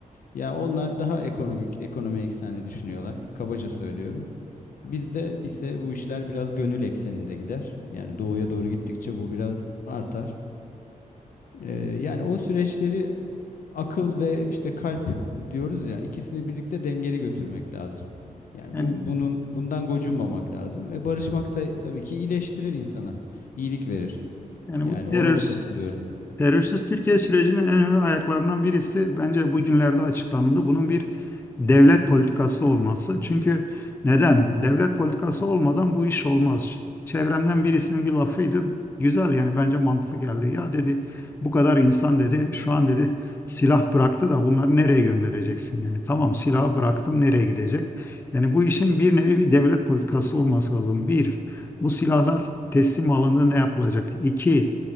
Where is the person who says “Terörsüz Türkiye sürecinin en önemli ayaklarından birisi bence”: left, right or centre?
Left